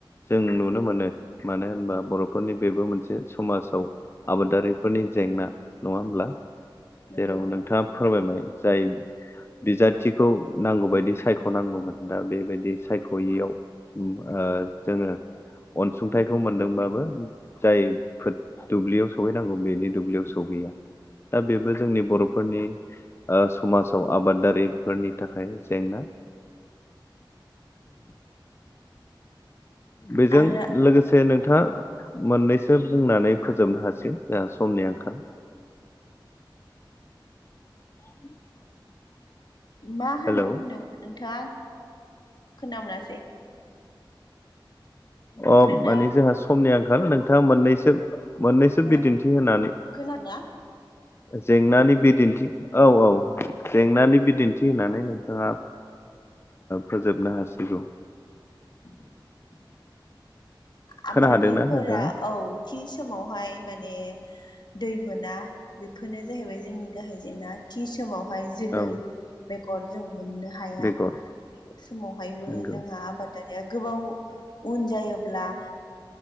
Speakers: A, on the left; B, on the left.
A: जों नुनो मोनो मानो होनबा बर'फोरनि बेबो मोनसे समाजाव आबादारिफोरनि जेंना नङा होमब्ला
B: नंगौ
A: जेराव नोंथाङा फोरमायबाय जाय बिजाथिखौ नांगौबायायदि सायख'नांगौमोन दा बेबायदि सायख'यैयाव उम ओ जोङो अनसुंथाइखौ मोनदोंबाबो जायफोर दुब्लियाव सहैनांगौ बेनि दुब्लियाव सहैया। दा बेबो जोंनि बर'फोरनि समाजाव आबाद दारिफोरनि थाखाय जेंना बेजों
B: आरो
A: लोगोसे नोंथाङा मोननैसो बुंनानै फोजोबनो हासै जोंहा समनि आंखाल <inaudible>
B: मा होन
A: हेलौ
B: होनदों नोंथाङा आं खोना मोनासै
A: अ
B: खोनादोंना
A: माने जोंहा समनि आंखाल नोंथाङा मोननैसो मोननैसो
B: खोना
A: बिदिन्थि होनानै
B: खोनादोंना
A: जेंनानि बिदिन्थि औ औ जेंनानि बिदिन्थि थि होनानै नोंथाङा फोजोबनो हासिगौ
B: <inaudible> आबादारिफोरा
A: खोना हादोंना नोंथाङा
B: औ थि समावहाय माने दै मोना बेफोरनो जाहैबाय जोंनि गाहाय जेंना थि समावहाय जोलै
A: औ
B: बेगर जों मोननो हाया
A: बेगर
B: बे समावहायबो
A: नंगौ
B: जोंहा आबाद दारिया गोबाव उन जायोब्ला